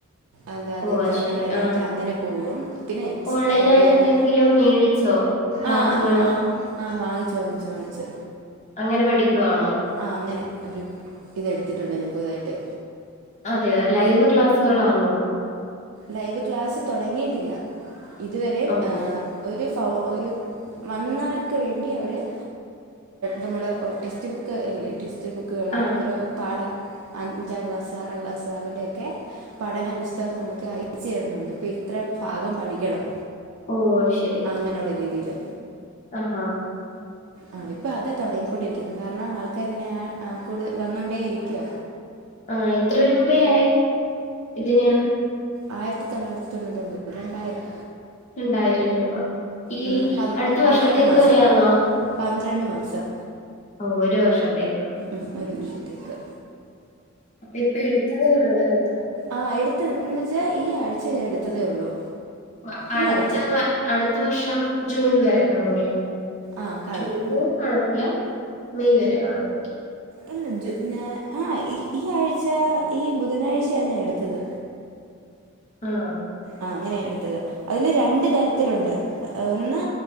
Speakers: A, on the right; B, on the left.
A: അന്താ അത
B: ഓ അത്
A: ഭരണഘടനയൊക്കെ
B: ശരി ആ
A: അങ്ങനെ പോകും പിന്നേ എന്ത്‌
B: ഓൺലൈനായിട്ട് എന്തെങ്കിലും മേടിച്ചോ ക്ലാസ്സുകള്
A: ആഹ് ആഹ് ആഹ് ആഹ് വാങ്ങിച്ചു വാങ്ങിച്ചു വാങ്ങിച്ചു
B: അങ്ങനെ പഠിക്കുവാണോ
A: ആഹ് അങ്ങനെ ഒരു ഇതെടുത്തിട്ടുണ്ട് ഞാൻ പുതുതായിട്ട്
B: അതെയൊ ലൈവ് ക്ലാസ്സുകളാണോ
A: ലൈവ് ക്ലാസ്സ് തൊടങ്ങിയിട്ടില്ല ഇതുവരെ
B: ഓ
A: ഒരു ഫൗ ഒരു വന്നവർക്ക് വേണ്ടി അവര് - നമ്മള് ടെക്സ്റ്റ് ബുക്ക് അല്ലേ ടെക്സ്റ്റ് ബുക്കുകള്
B: ആ
A: ഓരോ പാഠ അഞ്ചാം ക്ലാസ് ആറാം ക്ലാസ് അവരുടെയൊക്കെ പഠന പുസ്തകം നമുക്ക്- ഒക്കെ അയച്ചു തരുന്നുണ്ട് ഇപ്പൊ ഇത്ര ഭാഗം പഠിക്കണം
B: ഓ ശരി
A: അങ്ങനെയുള്ള രീതിയില്
B: അ ആഹാ
A: ആ ഇപ്പൊ അതാ തൊടങ്ങിക്കൊണ്ടിരിക്കുന്നു കാരണം ആൾക്കാർ ഇങ്ങനെ കൂടുത വന്നോണ്ടേയിരിക്കുവ
B: ആഹ് എത്ര രൂപയായി ഇതിന്
A: ആയിരത്തി തൊള്ളായിരത്തി തൊണൂറ്റൊൻമ്പത് രണ്ടായിരം
B: രണ്ടായിരം രൂപ ഈ
A: ഉം, പന്-
B: അടുത്ത
A: പന്ത്രണ്ട്
B: വർഷത്തേക്ക്
A: മാസം
B: വരെ ആണോ
A: പന്ത്രണ്ട് മാസം
B: ഓ ഒരു വർഷത്തേക്ക്
A: ഉം ഒരു വർഷത്തേക്ക്
B: അപ്പൊ ഇപ്പൊ എടുത്തതെ ഉള്ളായിരുന്നോ
A: ആഹ് എടുത്തന്ന് വച്ചാൽ ഈ ആഴ്ച ഞാൻ അടുത്തതേ ഉള്ളൂ
B: ഓ അപ്പൊ
A: ഈ
B: അടുത്ത
A: ആഴ്ച
B: വ അടുത്ത വർഷം ജൂൺ വരെ കാണുവല്ലോ
A: ആ കാണും
B: ജൂണ് കാണത്തില്ല മെയ് വരെ കാണും
A: അല്ല ജു ഞാൻ ആഹ് ഈ ആഴ്ച ഈ ബുധനാഴ്ചയാണ് ഞാൻ എടുത്തത്
B: ആഹ്
A: ആഹ് അങ്ങനെയ എടുത്തത് അതില് രണ്ട് തരത്തിലുണ്ട് ഒന്ന്